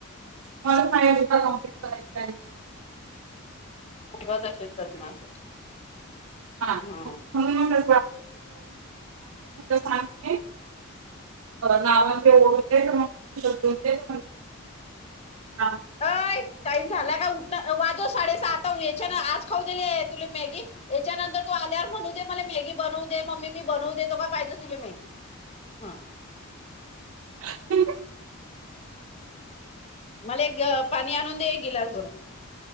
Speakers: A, on the right (about 70°); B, on the left (about 30°).
A: मला फाईल कॉम्प्लीट करायचं आहे
B: पद्मामा अस
A: हा
B: हम्म
A: <unintelligible> तिला सांगते नावा ते ओढून एक मून एक <unintelligible>
B: अय टाईम झाला का उठ ना वाजव साडे सात याच्यान आज खाऊ दिले तुला मॅगी याच्यानंतर तू आल्यावर म्हणू दे मला मॅगी बनवू दे मम्मी मी बनवू देेतो का पाहिजे तुला मग हा
A: <inaudible>
B: मला एक पाणी आणून दे एक गिलास भरून